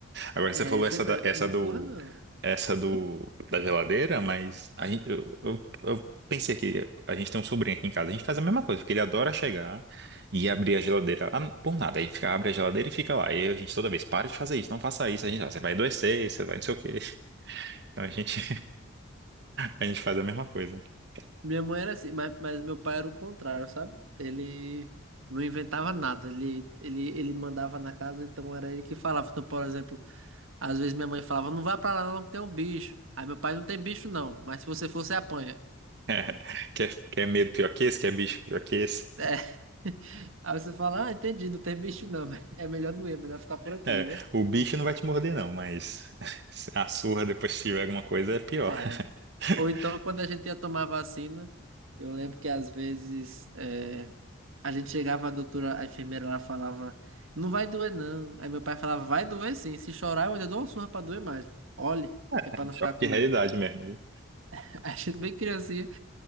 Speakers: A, on the right (about 55°); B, on the right (about 80°).
A: Agora
B: É,
A: você falou
B: sempre,
A: essa, da-
B: era,
A: essa
B: não
A: do,
B: corra, não.
A: essa do, da geladeira, mas a gente, eu, eu, eu pensei que a gente tem um sobrinho aqui em casa, a gente faz a mesma coisa, porque ele adora chegar e abrir a geladeira ah, por nada. Aí fica, abre a geladeira e fica lá. E aí a gente toda vez, para de fazer isso, não faça isso, a gente, "Ah, você vai adoecer, você vai não sei o quê. <laughs> Então a gente A gente faz a mesma coisa. <laughs>
B: Minha mãe era assim, mas, mas meu pai era o contrário, sabe? Ele não inventava nada, ele, ele, ele mandava na casa, então era ele que falava. Então, por exemplo, às vezes minha mãe falava, não vá pra lá não que tem um bicho. Aí meu pai, não tem bicho não, mas se você for, você apanha.
A: É, quer, quer medo pior que esse? Quer bicho pior que esse?
B: É. <laughs> Aí você fala, ah, entendi, não tem bicho não, <laughs> mas é melhor não ir, é melhor ficar por aqui,
A: É,
B: né?
A: o bicho não vai te morder, não, mas <laughs> a surra depois se tiver alguma coisa é pior.
B: É,
A: <laughs>
B: Ou então, quando a gente ia tomar vacina, eu lembro que às vezes eh, a gente chegava, a doutora, a enfermeira lá falava, não vai doer não. Aí meu pai falava, vai doer sim, se chorar eu ainda dou uma surra pra doer mais. Olhe, que é pra
A: É, um
B: não
A: choque
B: ficar com
A: de realidade
B: medo.
A: mesmo. viu?
B: <laughs> Aí a gente bem criancinha,